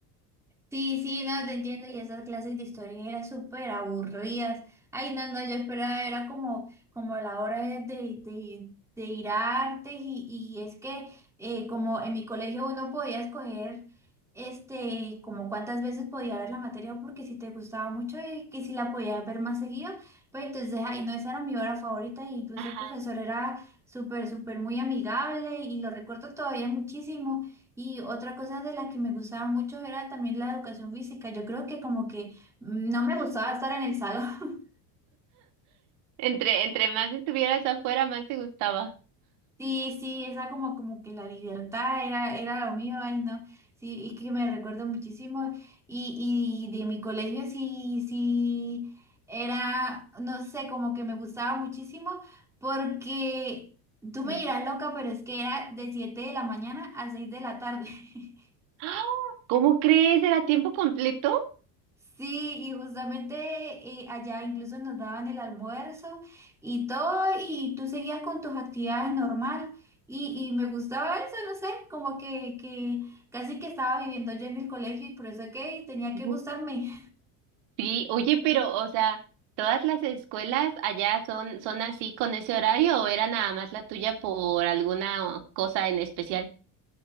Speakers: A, in the centre; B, on the right.
A: Sí, sí, no, te entiendo. Y esas clases de historia eran súper aburridas. Ay, no, no, yo esperaba, era como, como la hora de, de, de ir a artes y, y es que eh, como en mi colegio uno podía escoger este, como cuántas veces podía ver la materia porque si te gustaba mucho y que si la podías ver más seguido, pues entonces, ay, no, esa era mi hora favorita e incluso
B: Ajá.
A: el profesor era súper, súper muy amigable y lo recuerdo todavía muchísimo. Y otra cosa de la que me gustaba mucho era también la educación física. Yo creo que como que mm, no me gustaba estar en el salón. <laughs>
B: Entre, entre más estuvieras afuera, más te gustaba.
A: Sí, sí, esa como, como que la libertad era, era lo mío, ay no. Sí, y que me recuerdo muchísimo. Y, y de mi colegio sí, sí, era, no sé, como que me gustaba muchísimo porque tú
B: <gasps>
A: me dirás loca, pero es que era de 7 de la mañana a 6 de la tarde. <laughs>
B: ¡Ah! ¿Cómo crees? ¿Era tiempo completo?
A: Sí, y justamente eh, allá incluso nos daban el almuerzo y todo, y tú seguías con tus actividades normal. Y, y me gustaba eso, no sé, como que, que casi que estaba viviendo yo en el colegio y por eso que tenía que
B: Ujú.
A: gustarme.
B: Sí, oye, pero, o sea, ¿todas las escuelas allá son, son así con ese horario o era nada más la tuya por alguna cosa en especial?